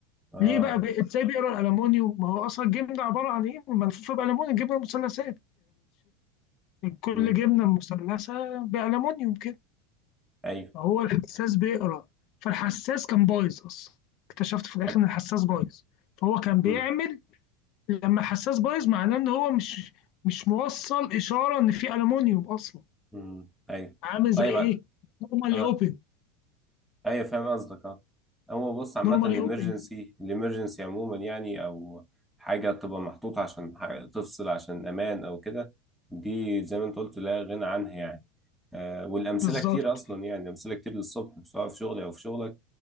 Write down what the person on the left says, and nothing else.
ليه بقى بي... ازاي بيقرا الالومنيوم ما هو اصلا الجبنه عباره عن ايه ملفوفه بالالومنيوم الجبنه مثلثات من كل
جبنة مثلثة بألمونيوم كده
فهو الحساس بيقرا فالحساس كان بايظ أصلا اكتشفت في الآخر
إن الحساس بايظ فهو كان بيعمل
لما الحساس بايظ معناه إن هو مش مش موصل إشارة إن في ألمونيوم أصلا
عامل زي
إيه؟ نورمالي
أوبن
نورمالي
أوبن
بالظبط